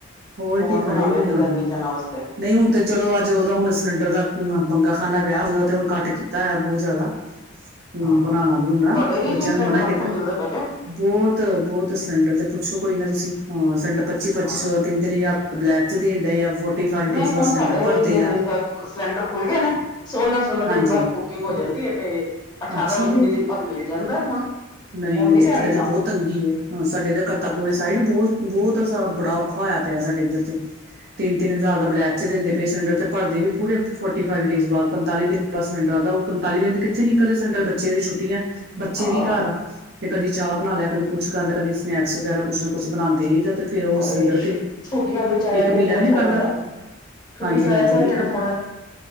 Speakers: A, on the right; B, on the left.
A: ਹੋਰ
B: ਕੌਣ
A: ਕੀ
B: ਬਣਾਵੇ
A: ਖੜੇ
B: ਐਡੀ
A: ਵੀ ਹਾਂ
B: ਗਰਮੀ 'ਚ ਏਨਾਂ ਵਾਸਤੇ।
A: ਨਹੀਂ ਹੁਣ ਤੇ ਚਲੋ, ਆਹ ਜਿਦੋਂ ਦਾ ਹੁਣ ਸਿਲੰਡਰ ਦਾ ਬੰਗਾ-ਖਾਨਾ ਪਿਆ। ਉਦੋਂ ਦਾ ਤੇ ਹੁਣ ਘੱਟ ਕੀਤਾ ਹੋਇਆ, ਬਹੁਤ ਜ਼ਿਆਦਾ। ਹੂੰ
B: ਹਾਂ
A: ਬਣਾਣਾ-ਬਣੂਣਾ
B: ਤੁਹਾਡੇ ਏਰੀਏ
A: ਬੱਚਿਆਂ
B: ਚ ਵੀ ਸਿਲੰਡਰ
A: ਨੂੰ ਮਨਾ
B: ਔਖੇ
A: ਕੀਤਾ।
B: ਮਿਲਦੇ ਪਏ ਕੇ
A: ਬੋਤ-ਬੋਤ ਸਿਲੰਡਰ ਦੇ ਪੁੱਛੋ ਕੋਈ ਨਾ ਤੁਸੀਂ। ਹਾਂ ਸੈਂਡ ਪੱਚੀ-ਪੱਚੀ
B: ਹਾਂ
A: ਸੌ ਦਾ, ਤਿੰਨ-ਤਿੰਨ ਹਜ਼ਾਰ ਬਲੈਕ 'ਚ ਦੇਣ ਡਏ ਆ ਫਾਈਵ ਡੇਜ਼
B: ਨਹੀਂ,
A: ਬਾਅਦ
B: ਹੁਣ
A: ਸਿਲੰਡਰ
B: ਸਾਡੇ
A: ਭਰਦੇ
B: ਏਰੀਏ ਦੇ
A: ਆ
B: ਵਿੱਚ ਤਾਂ ਸਿਲੰਡਰ ਖੁੱਲ੍ਹਗੇ ਨੇ। ਸੋਲਾਂ-ਸੋਲਾਂ ਦਿਨ
A: ਹਾਂਜੀ
B: ਬਾਅਦ ਬੁ ਬੁਕਿੰਗ ਹੋ ਜਾਂਦੀ ਏ ਤੇ ਅਠਾਰਾਂ-ਉੱਨੀ
A: ਅੱਛਾ ਜੀ
B: ਦਿਨ ਬਾਅਦ ਮਿਲ ਜਾਂਦਾ ਹੁਣ।
A: ਨਹੀਂ
B: ਹੁਣ ਨੀ
A: ਸਾਡੇ
B: ਰਿਹਾ ਇੰਨਾ
A: ਤੇ ਬਹੁਤ ਤੰਗੀ ਐ। ਹਾਂ ਸਾਡੇ ਇਧਰ ਕਰਤਾਪੁਰ ਵਾਲੀ ਸਾਈਡ ਬੋਤ-ਬੋਤ ਸ, ਬੜਾ ਔਖਾ ਹੋਇਆ ਪਿਆ ਸਾਡੇ ਇੱਧਰ ਤੇ। ਤਿੰਨ-ਤਿੰਨ ਹਜ਼ਾਰ ਦਾ ਬਲੈਕ 'ਚ ਦਿੰਦੇ ਪਏ ਸਿਲੰਡਰ ਤੇ ਭਰਦੇ ਵੀ ਪੂਰੇ ਫੋਟੀ-ਫਾਈਵ ਡੇਜ਼ ਬਾਅਦ। ਪੰਤਾਲੀ ਦਿਨ ਬਾਅਦ ਸਿਲੰਡਰ ਆਂਦਾ। ਉਹ ਪੰਤਾਲੀ ਦਿਨ ਦੇ ਕਿੱਥੇ ਨੀ ਇਕਲੇ ਸੈਂਟਰ ਬੱਚਿਆਂ ਦੀ ਛੁੱਟੀ ਆ। ਬੱਚੇ
B: ਹਾਂ
A: ਵੀ ਘਰ ਆ ਤੇ ਕਦੀ ਚਾਹ ਬਣਾ ਲੈ, ਕਦੀ ਕੁਛ ਕਰ ਲੈ। ਕਦੇ ਸਨੈਕਸ ਵਗੈਰਾ ਕੁੱਛ ਨਾ ਕੁੱਛ ਬਣਾਂਦੇ ਰਹੀ ਦਾ ਤੇ ਫੇਰ ਉਹ
B: ਔਰ
A: ਸਿਲੰਡਰ
B: ਏ ਸ਼ਿਟ, ਛੁੱਟੀਆਂ ਦੇ ਵਿੱਚ ਆਇਆ-ਗਿਆ
A: ਇੱਕ ਮਹੀਨਾ
B: ਕਿਹੜਾ
A: ਵੀ ਨੀ
B: ਥੋੜ੍ਹਾ
A: ਕੱਢਦਾ
B: ਹੈਗਾ। ਛੁੱਟੀ
A: ਹਾਂਜੀ-ਹਾਂਜੀ
B: 'ਚ ਆਇਆ-ਗਿਆ ਕਿਹੜਾ
A: ਇੱਕ
B: ਥੋੜ੍ਹਾ।